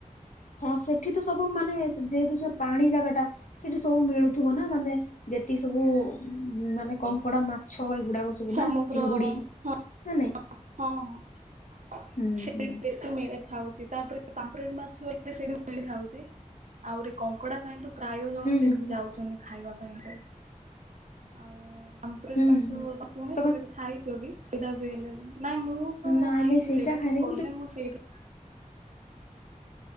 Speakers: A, on the left; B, on the right.
A: ହଁ ସେଠି ତ ସବୁ ମାନେ ଯେହେତୁ ସେ ପାଣି ଜାଗା ଟା ସେଠି ସବୁ ମିଳୁଥିବ ନା ମାନେ ଯେତିକି ସବୁ ମାନେ କଙ୍କଡା, ମାଛ ଏଗୁଡାକ ସବୁ
B: ସମୁଦ୍ର
A: ନା ଚିଙ୍ଗୁଡି
B: ହଁ ହଁ
A: ନା ନାଇଁ
B: ହଁ
A: ହୁଁ
B: ସେଟି
A: ହୁଁ
B: ବେଶୀ ମିଳେ ଥାଉଛି ତାପରେ ପାମ୍ପରେଟ୍ ମାଛ ଏତେ ସେଇଠି ମିଳି ଥାଉଛି ଆହୁରି କଙ୍କଡା ପାଇଁ ତ ପ୍ରାୟ ଜଣ
A: ହୁଁ
B: ସେଇଠିକୁ
A: ହୁଁ
B: ଯାଉଛନ୍ତି ଖାଇବା ପାଇଁ ଆଉ ପାମ୍ପରେଟ୍
A: ହୁଁ
B: ମାଛ
A: ହୁଁ ହୁଁ
B: ଶୁଣିଛ
A: ତମେ
B: କେବେ ଖାଇଛ କି ସେଇଟା ବି ହେଲେ ନାଇଁ ମୁଁ ମୁଁ ତ
A: ନାଇଁ
B: ଖାଇନି
A: ନାଇଁ
B: ସେଇଟା
A: ଖାଇନି
B: କିନ୍ତୁ ଗଲେ ମୁଁ ସେଇଠୀ